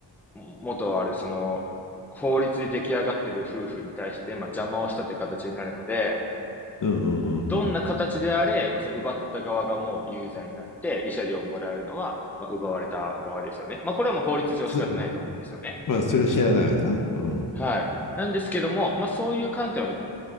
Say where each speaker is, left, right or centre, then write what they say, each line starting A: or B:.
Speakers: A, in the centre; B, on the left.
A: も元ある、その、法律で出来上がってる夫婦に対して、まあ、邪魔をしたという形になるので、
B: うんうんうん。
A: どんな形であれ、まあ、その奪った側がもう有罪になって、慰謝料をもらえるのは、まあ、奪われた側ですよね。まあ、これはもう法律上仕方ないと思うんですよね。
B: そまあ、それは知らないよな。うん。
A: はい。なんですけども、まあ、そういう観点は一